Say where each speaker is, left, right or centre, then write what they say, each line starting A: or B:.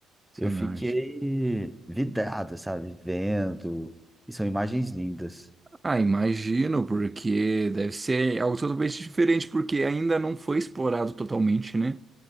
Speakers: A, on the right; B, in the centre.
A: Cenárgica.
B: Eu fiquei vidrado, sabe? Vendo. E são imagens lindas.
A: Ah, imagino, porque deve ser algo totalmente diferente, porque ainda não foi explorado totalmente, né?